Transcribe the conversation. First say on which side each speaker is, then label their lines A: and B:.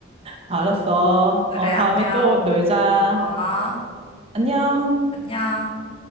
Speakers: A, on the right; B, on the left.
A: 알았어.
B: 그래,
A: 어, 다음에
B: 안녕.
A: 또 놀자.
B: 아,
A: 안녕.
B: 안녕.